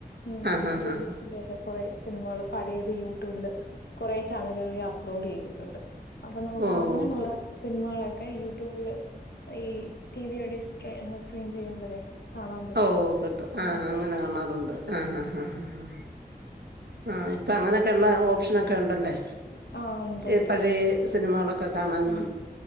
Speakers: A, on the left; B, on the right.
A: മ്
B: ആഹ് ഹാ ഹാ
A: ജഗദീഷിന്റെ ഒക്കെ കൊറേ സിനിമകള് പഴയത് യൂട്യൂബില് കൊറെ ചാനലുകളിൽ അപ്ലോഡ് ചെയ്തിട്ടുണ്ട് അപ്പൊ നമുക്ക്
B: ഓഹ്
A: അങ്ങനുള്ള സിനമളെ ക്കെ യൂട്യൂബില് ഈ ടി വിടി സ്ക്രീൻ ചെയ്യുമ്പഴേ കാണാൻ പറ്റും.
B: ഓ കിട്ടും
A: അതിനകത്ത്
B: ആ അങ്ങനെ കാണാറുണ്ട് ആ ഹാ ഹ ഹ ഹ ആ ഇപ്പൊ അങ്ങനെയൊക്കെള്ള ഓപ്ഷനൊക്കെ ഉണ്ടല്ലേ
A: ആഹ് ഉണ്ടുണ്ട്.
B: ഈ പഴയെ സിനിമകളൊക്കെ കാണാനും
A: ഉം